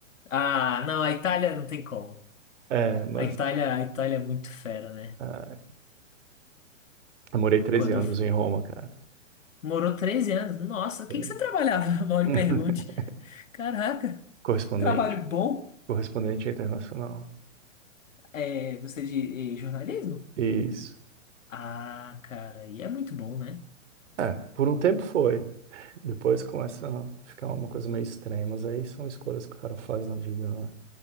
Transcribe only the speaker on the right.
É, mas
ah, eu morei 13
anos
em Roma, cara.
Sim.
<laughs>
Correspondente,
correspondente internacional.
Isso.
É, por um tempo foi. Depois começa a ficar uma coisa meio estranha, mas aí são escolhas que o cara faz na vida, né?